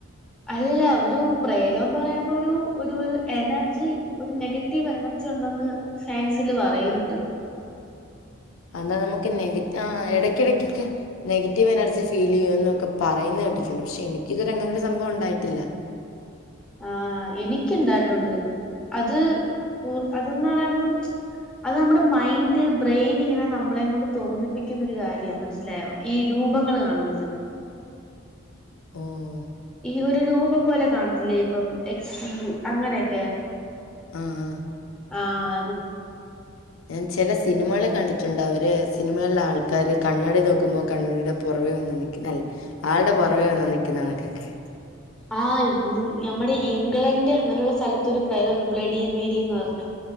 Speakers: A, in the centre; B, on the left.
A: അല്ല. ഒരു പ്രേതോന്ന് പറയുമ്പോൾ ഒരു ഒരു ഒരു എനർജി ഒരു നെഗറ്റീവ് എനർജി ഒണ്ടെന്ന് സയൻസില് പറയുന്നുണ്ട്
B: അതാ നമക്ക് നെഗ ആഹ് എടയ്ക്ക്യെടക്കൊക്കെ നെഗറ്റീവ് എനർജി ഫീലേയ്യും എന്നൊക്കെ പറയുന്ന കേട്ടിട്ടൊണ്ട് പക്ഷെ എനിക്കിതൊര അങ്ങനൊരു സംഭവം ഒണ്ടായിട്ടില്ല
A: ആഹ് എനിക്ക് ഇണ്ടായിട്ടുണ്ട്. അത് അതന്ന് പറയുമ്പം അത് നമ്മുടെ മൈൻഡ്, ബ്രെയിൻ ഇങ്ങനെ നമ്മളേങ്കൊണ്ട് തോന്നിപ്പിക്കുന്നൊരു കാര്യാ മനസ്സിലായോ? ഈ രൂപങ്ങൾ കാണുന്നത്
B: ഓഹ്
A: ഈ ഒരു രൂപം പോലെ കാണത്തില്ലേ ഇപ്പം എക്സ് അങ്ങനെയൊക്കെ
B: ആഹ് ആഹ്
A: ആഹ് അത്
B: ഞാൻ ചെല സിനിമകള് കണ്ടിട്ടൊണ്ട് അവര് സിനിമേള്ള ആൾക്കാര് കണ്ണാടി നോക്കുമ്പൊ കണ്ണാടീടെ പൊറവേ വന്നു നിക്ക് അല്ല ആൾടെ പൊറവേ വന്ന് നിക്കുന്ന കണക്കൊക്കെ
A: ആഹ് ഇ നമ്മടെ ഇംഗ്ലണ്ട് അങ്ങനൊള്ള സ്ഥലത്ത് ഒരു പ്രേതൊണ്ട് ബ്ലഡി മേരീന്ന് പറഞ്ഞ